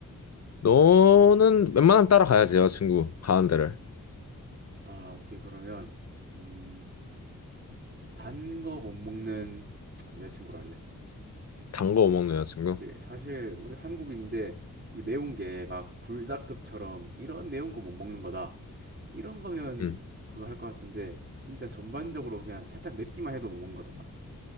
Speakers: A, on the left; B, on the right.
A: 너는 웬만하면 따라가야지 여자친구 가는 데를.
B: 아, 오케이. 그러면, 음, 단 거 못 먹는 여자친구로 할래.
A: 단 거 못 먹는 여자친구.
B: 그치. 사실 우리 한국인데 이 매운 게 막 불닭급처럼 이런 매운 거 못 먹는 거다. 이런 거면
A: 음.
B: 그거 할 것 같은데 진짜 전반적으로 그냥 살짝 맵기만 해도 못 먹는 거잖아.